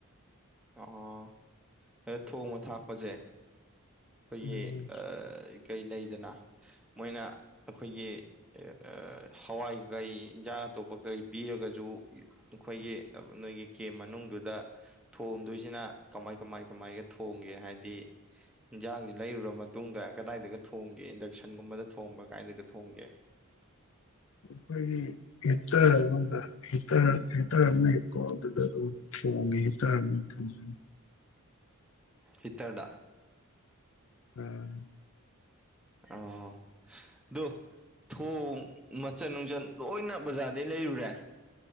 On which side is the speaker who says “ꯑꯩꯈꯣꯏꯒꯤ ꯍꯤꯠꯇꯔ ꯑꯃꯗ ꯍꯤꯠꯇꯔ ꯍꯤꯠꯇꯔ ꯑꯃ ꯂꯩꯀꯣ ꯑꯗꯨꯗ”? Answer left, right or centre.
Left